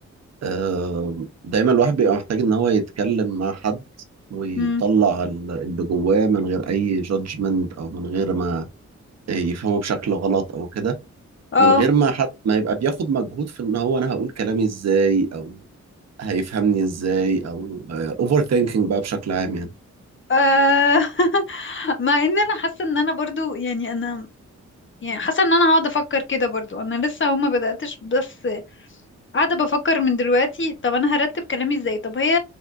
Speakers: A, on the right; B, on the left.
A: آه دايما الواحد بيبقى محتاج ان هو يتكلم مع حد ويطلع
B: مم.
A: ال- اللي جواه من غير اي جادجمنت او من غير ما يفهمه بشكل غلط او كده
B: اه
A: من غير ما حد ما يبقى بياخد مجهود في ان هو انا هقول كلامي ازاي او هيفهمني ازاي او اوفر ثينكينج بقى بشكل عام يعني
B: آه، <laughs> مع ان انا حاسة ان انا برضو يعني انا يعني حاسه ان انا هقعد افكر كده برضو انا لسه هما بداتش بس قاعده بفكر من دلوقتي طب انا هرتب كلامي ازاي طب هي